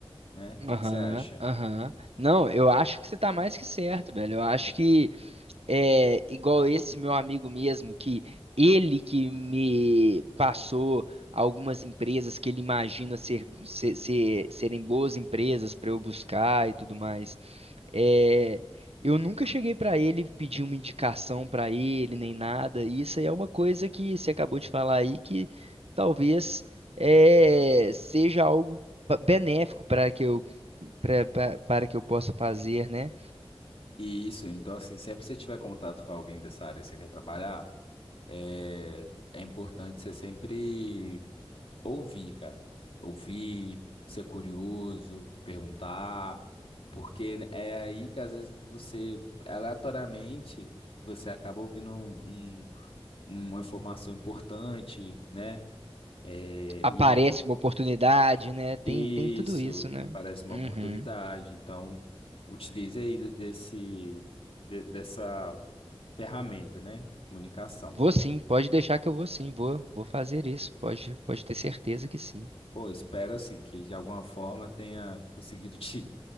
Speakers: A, on the left; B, on the right.
A: né? O
B: Aham,
A: que que você acha?
B: aham. Não, eu acho que você está mais que certo, velho. Eu acho que é, igual esse meu amigo mesmo, que ele que me passou algumas empresas que ele imagina ser, ser- ser- serem boas empresas para eu buscar e tudo mais. É, eu nunca cheguei para ele pedir uma indicação para ele nem nada. E isso aí é uma coisa que você acabou de falar aí que talvez é, seja algo pa- benéfico para que eu para para que eu possa fazer, né?
A: E isso, então, assim, sempre que você tiver contato com alguém dessa área que você quer trabalhar, é, é importante você sempre Ouvir, cara. Ouvir, ser curioso, perguntar, porque é aí que às vezes você, aleatoriamente, você acaba ouvindo um- um- uma informação importante, né? É,
B: aparece
A: e
B: uma oportunidade, né? Tem,
A: isso
B: tem tudo isso, né?
A: aparece uma
B: Uhum.
A: oportunidade. Então, utilize aí de- desse, de- dessa ferramenta, né? Comunicação.
B: Vou sim, pode deixar que eu vou sim, vou, vou fazer isso, pode, pode ter certeza que sim.
A: Pô, espero assim que de alguma forma tenha conseguido <laughs> te